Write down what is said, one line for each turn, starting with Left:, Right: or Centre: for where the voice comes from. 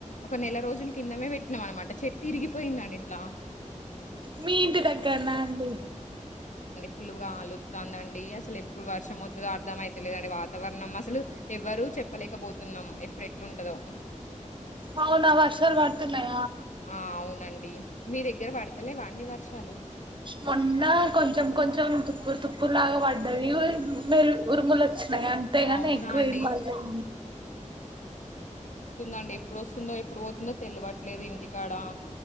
Left: ఒక నెల రోజుల కిందమే పెట్టినాం అనమాట చెట్టు ఇరిగిపోయింది అంట్లా
Right: మీ ఇంటి దగ్గరన్న అండి
Left: పుల్లుగా ఆలుస్తుందండి అసలు ఎప్పుడు వర్షం అవుతుందో అర్ధం అయితలేదండి వాతావరణం అసలు ఎవరు చెప్పలేకపోతున్నాం ఎప్పుడు ఎట్లుంటందో
Right: అవునా వర్షాలు పడుతున్నాయ
Left: ఆ! అవునండి. మీ దగ్గర పడతలేవా అండి వర్షాలు
Right: మొన్న కొంచెం కొంచెం తుప్పురు తుప్పు లాగా పడ్డది మరు ఉరుముల వొచ్చ అయి అంతేగాని
Left: అవునా
Right: ఎక్కువ
Left: అండి.
Right: ఏం పాండవు
Left: దండి ఎప్పుడు వస్తుందో ఎప్పుడు పోతుందో తెలివట్లేదు ఇంటికాడ